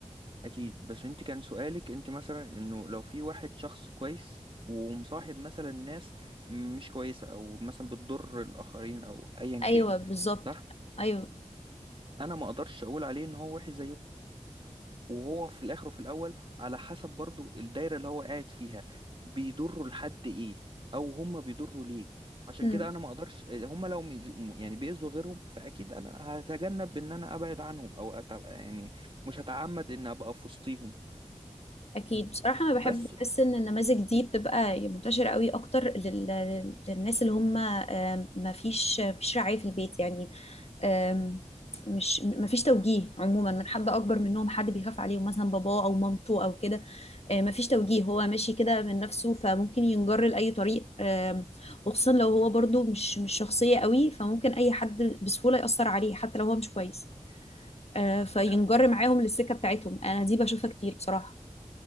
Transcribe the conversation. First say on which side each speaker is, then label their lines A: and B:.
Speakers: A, on the right; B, on the left.
A: أكيد بس أنت كان سؤالك أنت مثلا إنه لو في واحد شخص كويس ومصاحب مثلا ناس مش كويسة أو مثلا بتضر الآخرين أو أيا
B: ايوه
A: كان
B: بالظبط
A: صح؟
B: ايوه
A: انا ما اقدرش اقول عليه ان هو وحش زيهم وهو في الاخر وفي الاول على حسب برضو الدايره اللي هو قاعد فيها بيضروا لحد ايه او هم بيضروا ليه عشان
B: مم.
A: كده انا ما اقدرش هم لو ميز- يعني بيأذوا غيرهم فاكيد انا هتجنب ان انا ابعد عنهم او أتبقى يعني مش هتعمد ان ابقى في وسطيهم
B: اكيد بصراحه انا
A: بس
B: بحب احس ان النماذج دي بتبقى منتشره قوي اكتر لل... لل- للناس اللي هم آم، ما فيش فيش رعايه في البيت يعني آم، مش ما فيش توجيه عموما من حد اكبر منهم حد بيخاف عليهم مثلا باباه او مامته او كده آه، ما فيش توجيه هو ماشي كده من نفسه فممكن ينجر لاي طريق آم، وخصوصا لو هو برضو مش مش شخصيه قوي فممكن اي حد بسهوله ياثر عليه حتى لو هو مش كويس آه، فينجر
A: لا
B: معاهم للسكه بتاعتهم انا دي بشوفها كتير بصراحه